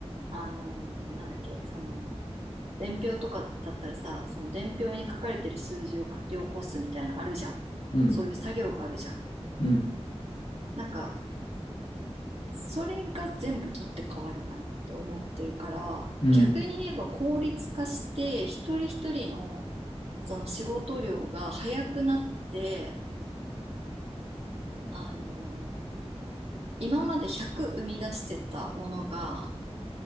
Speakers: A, on the right; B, on the left.
A: あの、なんだっけ、その、伝票とかだったらさ、その伝票に書かれてる数字を書き起こすみたいなのあるじゃん。
B: うん、
A: そういう作業があるじゃん。
B: うん、
A: なんか、それが全部取って変わるかなって思ってるから、
B: うん、
A: 逆に言えば効率化して、一人一人の、その仕事量が早くなって、あの、今まで100生み出してたものが、